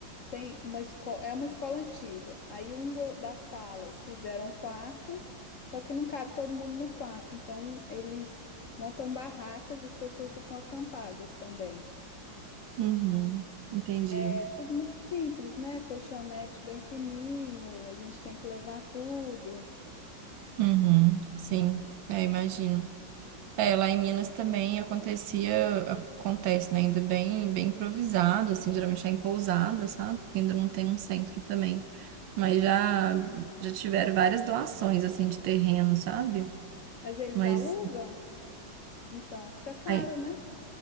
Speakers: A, on the left; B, on the right.
A: Tem uma escola, é uma escola antiga. Aí um do- das salas fizeram quartos, só que não cabe todo mundo no quarto. Então eles montam barracas, as pessoas ficam acampadas também.
B: Uhum. Entendi.
A: É tudo muito simples, né? Colchonete bem fininho, a gente tem que levar tudo.
B: Uhum. Sim, é, imagino. É, lá em Minas também acontecia, acontece, né? Ainda bem, bem improvisado, assim, geralmente é em pousada, sabe? Porque ainda não tem um centro também. Mas já, já tiveram várias doações, assim, de terreno, sabe?
A: Mas eles
B: Mas
A: alugam, então fica caro,
B: aí,
A: né?